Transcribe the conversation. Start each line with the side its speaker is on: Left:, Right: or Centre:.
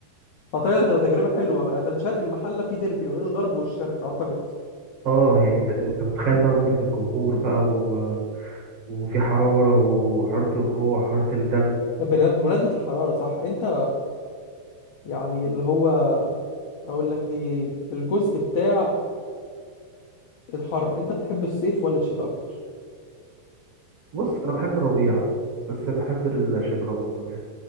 Left: اعتقد هتبقى تجربه حلوه بقى عشان شرق المحله في ديربي ما بين الغرب والشرق اعتقد
Right: اه يعني انت انت متخيل بقى متعة الجمهور بقى و... وفي حرارة وحرارة الروح حرارة الدم
Left: بن- بمناسبه الحراره صح انت يعني اللي هو اقول لك ايه الجزء بتاع الحر انت بتحب الصيف ولا الشتاء اكتر
Right: بص انا بحب الربيع بس بحب الشتاء طبعا يعني